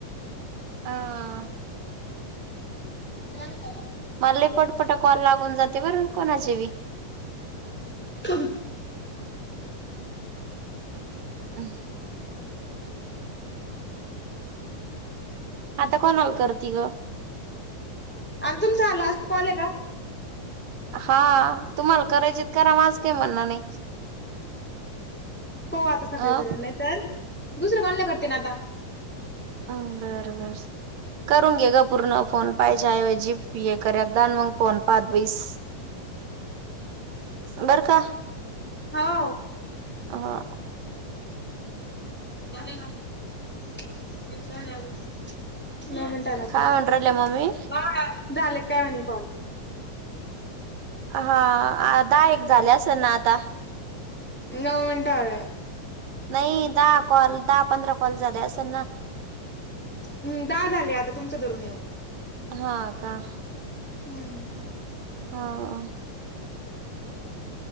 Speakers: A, on the right (about 80°); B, in the centre.
A: अं?
B: <unintelligible>
A: मला लय पटपट कॉल लागून जाते बरं कोणाची बी.
B: ह <unintelligible>
A: हं <unintelligible> आता कोणाव कर ति गं?
B: अन तुमचा लास्त कॉल आहे का?
A: हा तुम्हाला करायचेत करा माझं काही म्हणण नाही.
B: हो आता सकाळी
A: अ
B: करेल नाही तर दुसरं भांडण करते आता.
A: अ बर बर. करून घे ग पूर्ण फोन पाहायच्याऐवजी पीऐ ये करद जा आणि मग फोन पाहत बिस
B: <inaudible>
A: बर का.
B: हौ.
A: हा.
B: झाले का <unintelligible> किती राहिले अजून नऊ मिनट <unintelligible>
A: काय म्हणून राहिले मम्मी
B: झालं काय म्हणे कॉल?
A: हा. दहा एक झाले असेल ना आता.
B: नऊ मिनटं झालंय.
A: नाही दहा कॉल, दहा पंधरा कॉल झाले असंल ना.
B: हम्म दहा झाले आता तुमचं धरून ह्यो.
A: हा का?
B: हम्म.
A: हा.